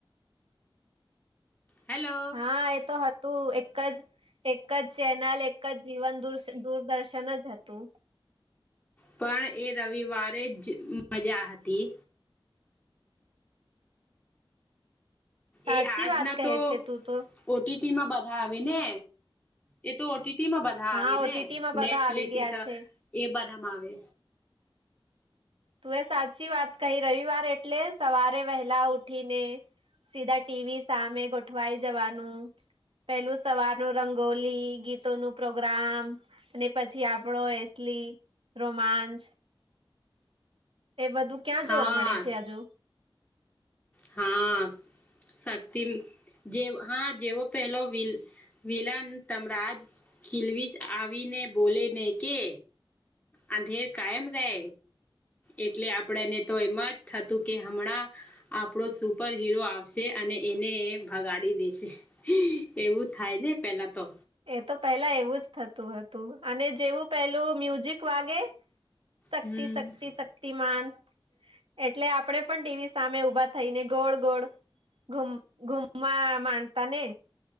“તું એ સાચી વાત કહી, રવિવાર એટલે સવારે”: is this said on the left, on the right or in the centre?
Right